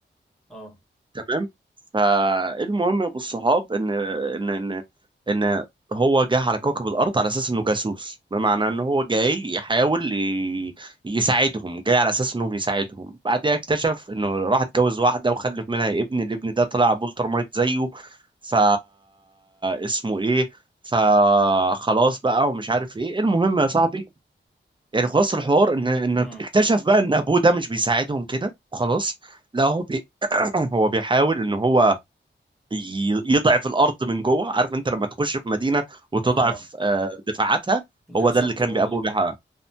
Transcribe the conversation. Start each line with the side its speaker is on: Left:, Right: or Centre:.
Centre: آه
Right: تمام فالمهم يا ابو الصحاب ان ان ان ان هو جه على كوكب الارض على اساس انه جاسوس بمعنى ان هو جاي يحاول ي... يساعدهم جاي على اساس انهم يساعدهم بعدها اكتشف انه راح اتجوز واحده وخلف منها ابن الابن ده طلع بولترمايت زيه ف اسمه ايه فخلاص بقى ومش عارف ايه المهم يا صاحبي يعني خلاص الحوار ان ان اكتشف
Centre: آه,
Right: بقى ان ابوه ده مش بيساعدهم كده خلاص لا هو بي... <clears throat> هو بيحاول ان هو ي- يضعف الارض من جوه عارف انت لما تخش في مدينه وتضعف
Centre: آه.
Right: آه، دفاعاتها
Centre: زي
Right: هو
Centre: حسام
Right: ده اللي
Centre: طروادة
Right: كان بي- ابوه
Centre: كده
Right: بيحاول